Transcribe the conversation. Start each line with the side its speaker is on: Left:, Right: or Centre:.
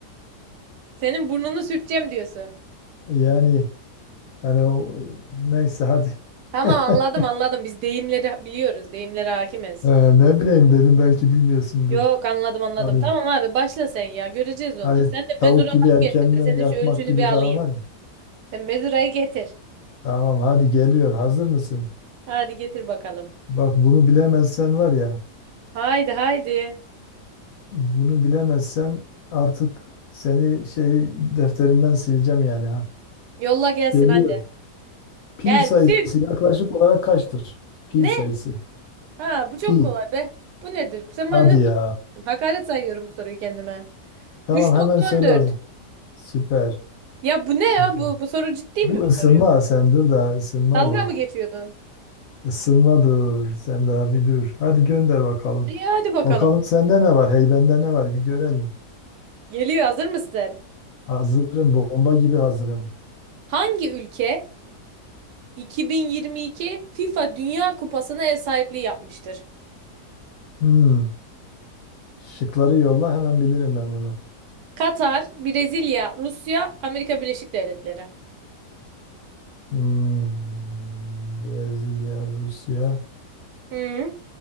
Right: Senin burnunu sürteceğim diyorsun.
Left: Yani hani o neyse hadi.
Right: Tamam
Left: <laughs>
Right: anladım anladım. Biz deyimleri biliyoruz. Deyimlere hakimiz.
Left: Ee, ne bileyim dedim belki bilmiyorsundur.
Right: Yok anladım anladım.
Left: Hani
Right: Tamam abi başla sen ya. Göreceğiz onu.
Left: hani
Right: Sen de
Left: tavuk
Right: mezuraları
Left: gibi erkenden
Right: getir de senin
Left: yatmak
Right: şu ölçünü
Left: gibi
Right: bir
Left: falan
Right: alayım.
Left: var ya.
Right: Sen mezurayı getir.
Left: Tamam hadi geliyor. Hazır mısın?
Right: Hadi getir bakalım.
Left: Bak bunu bilemezsen var ya.
Right: Haydi haydi.
Left: Bunu bilemezsen artık seni şey defterinden sileceğim yani.
Right: Yolla gelsin
Left: Geliyor.
Right: hadi.
Left: Pi
Right: Gelsin.
Left: sayısı yaklaşık olarak kaçtır? Pi
Right: Ne?
Left: sayısı.
Right: Ha bu çok
Left: Pi.
Right: kolay be. Bu nedir? Sen
Left: Hadi
Right: bana ne sordun?
Left: ya.
Right: Hakaret sayıyorum bu soruyu kendime.
Left: Tamam
Right: Üç
Left: hemen
Right: nokta
Left: söyle
Right: on dört.
Left: o zaman. Süper.
Right: Ya bu ne
Left: Süper.
Right: ya bu? Bu soru ciddi
Left: Bu
Right: mi bu
Left: ısınma
Right: soruyu?
Left: sen dur da ısınma
Right: Dalga
Left: bu.
Right: mı geçiyordun?
Left: Isınma dur. Sen daha bir dur. Hadi gönder bakalım.
Right: İyi hadi bakalım.
Left: Bakalım sende ne var? Heybende ne var? Bir görelim.
Right: Geliyor, hazır mısın?
Left: Hazırım. Bomba gibi hazırım.
Right: Hangi ülke 2022 FIFA Dünya Kupası'na ev sahipliği yapmıştır?
Left: Hmm. Şıkları yolla hemen bilirim ben bunu.
Right: Katar, Brezilya, Rusya, Amerika Birleşik Devletleri.
Left: Hmm. Brezilya, Rusya,
Right: Hı,